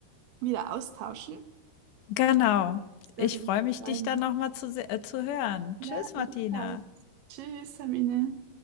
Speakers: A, on the right; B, on the left.
A: wieder austauschen.
B: Genau.
A: Ich werde
B: Ich
A: mich
B: freue mich,
A: freuen.
B: dich dann nochmal zu, se- äh, zu hören.
A: Ja,
B: Tschüss, Martina.
A: ebenfalls. Tschüss, Sabine.